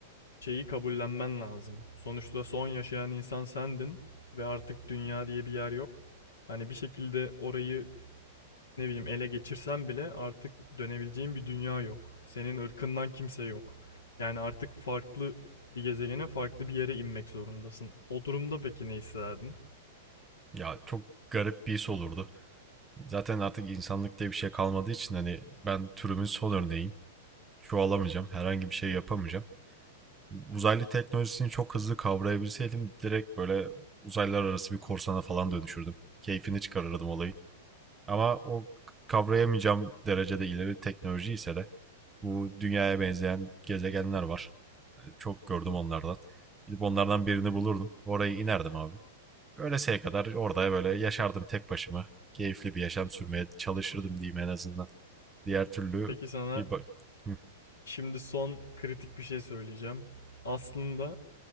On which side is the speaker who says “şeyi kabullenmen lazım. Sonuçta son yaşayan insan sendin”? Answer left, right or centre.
Left